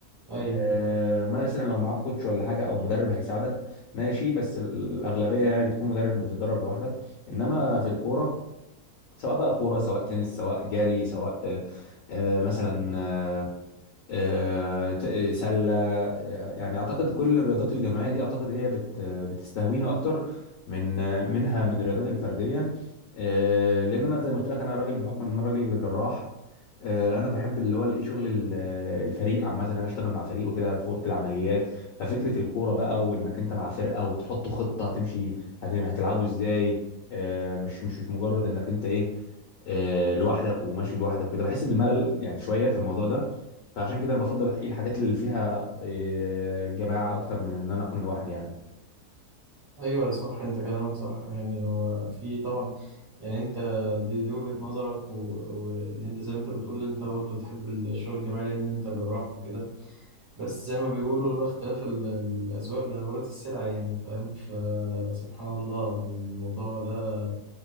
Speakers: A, on the right (about 20°); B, on the left (about 65°).
A: أيوه
B: آه، مثلا لو معاك كوتش ولا حاجه او مدرب هيساعدك ماشي بس الاغلبيه يعني بتكون مدرب بتتدرب لوحدك انما في الكوره سواء بقى كوره سواء تنس سواء جري سواء آه، آه، مثلا آه، آه، ت- آه، سلة آه، يعني أعتقد كل الرياضات الجماعية دي أعتقد هي بت بتستهويني أكتر من آه، منها من الرياضات الفردية آه، لأن أنا زي ما قلت لك أنا راجل بحكم إن أنا راجل جراح آه، انا بحب اللي هو الايه شغل ال- الفريق عامه ان انا اشتغل مع فريق وكده في اوضه العمليات ففكره الكوره بقى وانك انت مع فرقه وتحط خطه هتمشي هت- هتلعبوا ازاي آه، مش مش مش مجرد انك انت ايه آه، لوحدك وماشي لوحدك كده بحس بالملل يعني شويه في الموضوع ده فعشان كده انا بفضل الحاجات اللي فيها آه، جماعه اكتر من ان انا اكون لوحدي يعني
A: أيوه صح أنت كلامك صح يعني هو في طبعا يعني أنت دي, دي وجهة نظرك و- وإن أنت زي ما أنت بتقول أنت برضه بتحب الشغل الجماعي لأن أنت جراح وكده بس زي ما بيقولوا لولا اختلاف ال- الأذواق لبارت السلع يعني فاهم فسبحان الله إن الموضوع ده